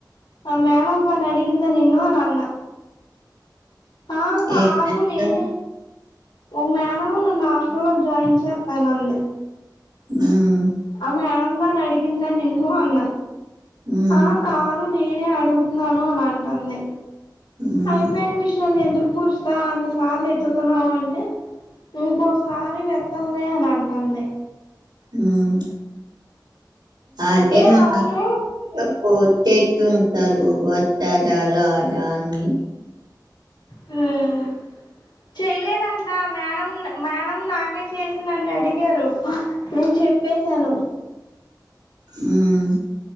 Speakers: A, on the left (about 80°); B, on the right (about 65°).
A: ఆ మేడం కాని అడిగిందా నిన్ను అని అన్న ఆ కాదు
B: ఏ మేడం
A: నేనే ఓ మేడం నన్ను హాస్టల్ లో జాయిన్ చేతాను అన్నది
B: హ్మ్
A: ఆ మేడంగా అడిగిందా నిన్ను అన్న
B: ఉమ్
A: ఆ కాదు ని నేనే అడుగుతున్నాను అన్ని అంటుంది
B: ఉమ్
A: అయిపోయిన విషయాలు ఎన్ చత్ర పూజిత అన్ని సార్లు ఎత్తుతున్నాము అంటే ఇంకోసారి వేత్తను లే అని అంటుంది
B: హ్మ్ అ ఎమా
A: ఏ అవును
B: <unintelligible> చేతుంటడు వాతాడా లాదా అని
A: హ్మ్ చేయలేదంట మేడం మేడం నాకే చేసి నన్నే అడిగారు నేను చెప్పసాను
B: హ్మ్